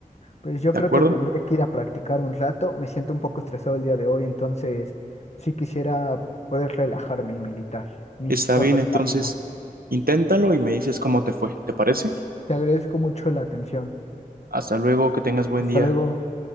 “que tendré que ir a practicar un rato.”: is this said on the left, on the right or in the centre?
Left